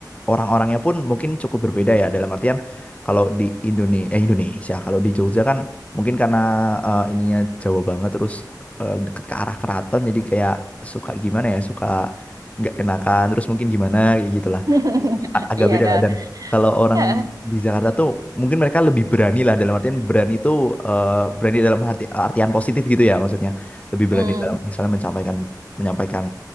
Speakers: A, on the left (about 20°); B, on the right (about 55°).
A: orang-orangnya pun mungkin cukup berbeda ya dalam artian kalau di Indonesia eh, Indonesia kalau di Jogja kan mungkin karena eh, ininya Jawa banget terus eh, deket ke arah keraton jadi kayak suka gimana ya suka nggak enakan terus mungkin gimana kayak gitu
B: <laughs>
A: a- agak
B: Iya,
A: beda lah dan kalau orang
B: heeh.
A: di Jakarta tuh mungkin mereka lebih berani lah dalam artian berani itu eh, berani dalam hati, artian positif gitu ya maksudnya lebih
B: Mhm,
A: berani dalam misalnya menyampaikan menyampaikan